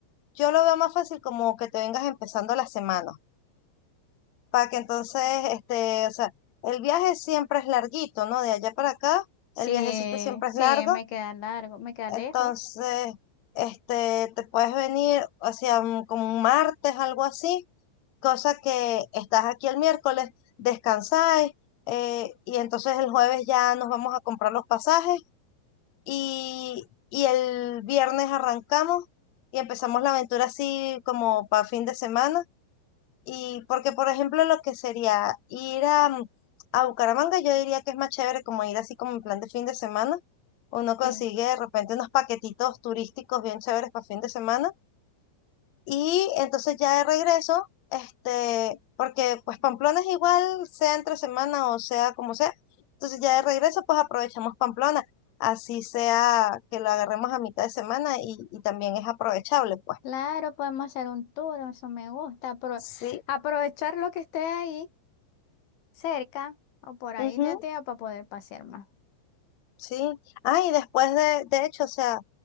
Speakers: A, on the left; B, on the left.
A: yo lo veo más fácil como que te vengas empezando la semana, para que entonces, este, o sea, el viaje siempre es larguito, ¿no? De allá para acá,
B: Sí,
A: el viajecito siempre
B: sí,
A: es largo.
B: me queda largo, me queda
A: Entonces,
B: lejos.
A: este, te puedes venir, o sea, un- como un martes, algo así, cosa que estás aquí el miércoles, descansáis, eh, y entonces el jueves ya nos vamos a comprar los pasajes y, y el viernes arrancamos y empezamos la aventura así como para fin de semana. Y porque, por ejemplo, lo que sería ir a, mm, a Bucaramanga, yo diría que es más chévere como ir así como en plan de fin de semana. Uno consigue
B: Sí.
A: de repente unos paquetitos turísticos bien chéveres para fin de semana. Y entonces ya de regreso, este, porque pues Pamplona es igual, sea entre semana o sea como sea. Entonces ya de regreso, pues aprovechamos Pamplona. Así sea que lo agarremos a mitad de semana y, y también es aprovechable, pues.
B: Claro, podemos hacer un tour, eso me gusta. apro-
A: Sí.
B: aprovechar lo que esté ahí cerca o por ahí
A: Ujú.
B: la tía para poder pasear más.
A: Sí, ah, y después de, de hecho, o sea,